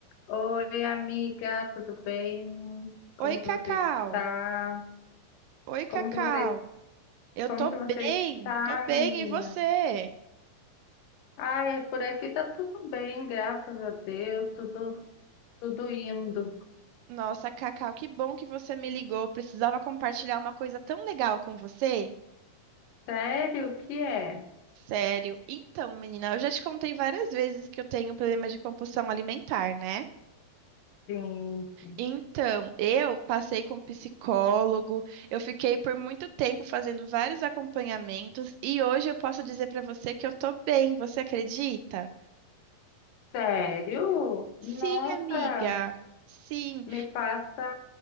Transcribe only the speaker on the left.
Oi, amiga, tudo bem? Como
que você está?
Como que você,
como
que você está,
menina?
Ai, é por aqui tá tudo bem, graças a Deus, tudo, tudo indo.
Sério, o que é?
Sim,
sério?
Nossa,
me passa,